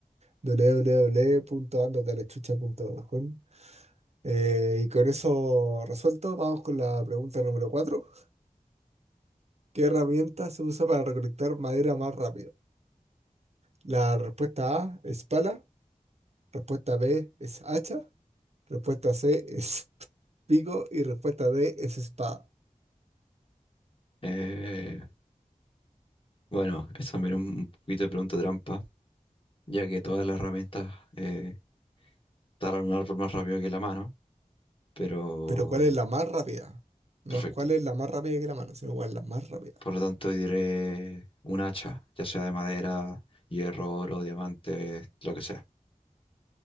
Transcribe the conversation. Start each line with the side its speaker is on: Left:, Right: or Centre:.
Right: www.andotalechucha.com. Eh, y con eso resuelto, vamos con la pregunta número cuatro ¿Qué herramienta se usa para recolectar madera más rápido? La respuesta A es pala, respuesta B es hacha, respuesta C es pico y respuesta D es espada.
Left: Eh, bueno, es también un un poquito de pregunta trampa, ya que todas las herramientas eh, talan un árbol más rápido que la mano. pero
Right: Pero ¿cuál es la más rápida? No
Left: perfecto.
Right: es cuál es la más rápida que la mano, sino cuál es la más rápida.
Left: Por lo tanto, diré un hacha, ya sea de madera, hierro, oro, diamante, lo que sea.